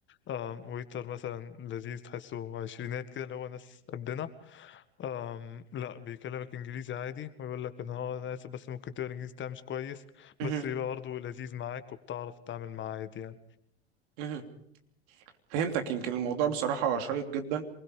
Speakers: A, on the left; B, on the right.
A: آم، ويتر مثلا لذيذ تحسه عشرينات كده اللي هو ناس قدنا آم، لا بيكلمك انجليزي عادي ويقول لك انا اه انا اسف بس ممكن تقرا الانجليزي بتاعي مش كويس بس
B: مهم.
A: يبقى برضه لذيذ معاك وبتعرف تتعامل معاه عادي يعني
B: مهم. فهمتك يمكن الموضوع بصراحة شيق جدا